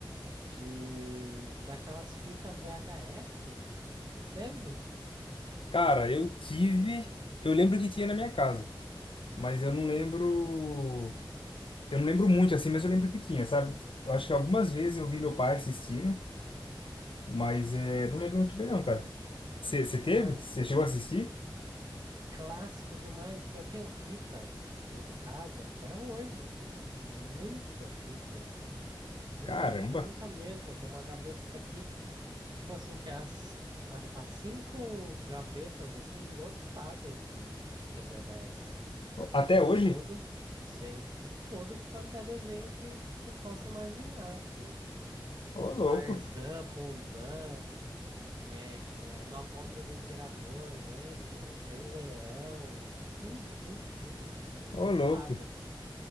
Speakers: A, on the right; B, on the left.
A: de daquelas fitas VHS. Você teve?
B: Cara, eu tive. Eu lembro que tinha na minha casa, mas eu não lembro. Eu não lembro muito assim, mas eu lembro que tinha, sabe? Eu acho que algumas vezes eu vi meu pai assistindo, mas é... não lembro muito bem, não, cara. Você você
A: Cara,
B: teve? Você
A: era
B: chegou a assistir?
A: clássico demais. Eu tenho fita em casa até hoje, pô. Muita fita. Muita,
B: Caramba!
A: muita, muita mesmo. Tem uma gaveta aqui. Tipo assim, que as, a- as cinco gavetas, assim, lotada de, de fita VHS.
B: Até
A: De
B: hoje?
A: todo, sim, de todo quanto é desenho que, que você possa imaginar, assim.
B: Ô, louco!
A: Tarzan, Mulan, eh, a Nova Onda do Imperador, lembro, Rei Leão, tudo, tudo, tudo. Tem
B: Ô,
A: lotado
B: louco!
A: aqui.